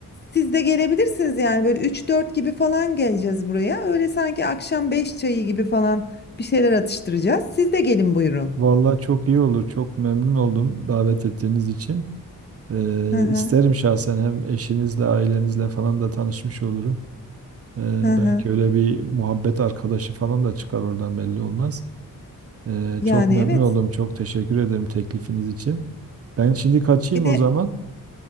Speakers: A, on the left; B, on the right.
A: siz de gelebilirsiniz yani böyle üç dört gibi falan geleceğiz buraya. Öyle sanki akşam 5 çayı gibi falan bir şeyler atıştıracağız. Siz de gelin buyurun.
B: Vallahi çok iyi olur. Çok memnun oldum davet ettiğiniz için. Ee,
A: Hı hı,
B: isterim şahsen hem eşinizle, ailenizle falan da tanışmış olurum. Ee,
A: hı hı.
B: belki öyle bir muhabbet arkadaşı falan da çıkar oradan belli olmaz. Ee,
A: Yani
B: çok memnun
A: evet.
B: oldum. Çok teşekkür ederim teklifiniz için. Ben şimdi kaçayım
A: Bir de
B: o zaman.